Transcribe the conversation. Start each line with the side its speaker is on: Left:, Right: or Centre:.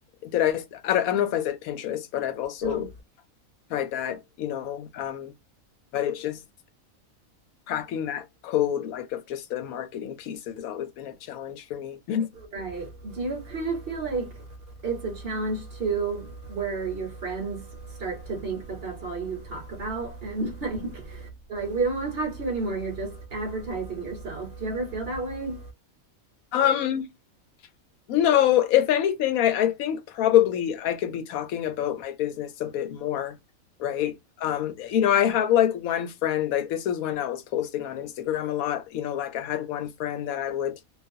Left: did I, I don't know if I said Pinterest, but I've also
Right: Oh,
Left: tried that, you know, um, but it's just cracking that code like of just the marketing piece has always been a challenge for me. <laughs>
Right: right. Do you kind of feel like it's a challenge too, where your friends start to think that that's all you talk about, and <laughs> like, they're like we don't want to talk to you anymore. You're just advertising yourself. Do you ever feel that way?
Left: Um, No, if anything, I, I think probably I could be talking about my business a bit more, right? Um, you know, I have like one friend, like this is when I was posting on Instagram a lot, you know, like I had one friend that I would